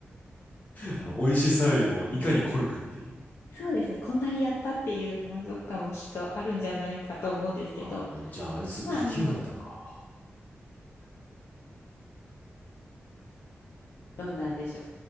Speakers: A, on the left (about 35°); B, on the left (about 85°).
A: あの、美味しさよりも、
B: ここは
A: いかに凝るかっていう。
B: そうですね、こんなにやったっていう満足感もきっとあるんじゃないかと思うんですけど、
A: ああ、じゃあ、あいつ不器用やったんか。
B: まあ、あの、どうなんでしょ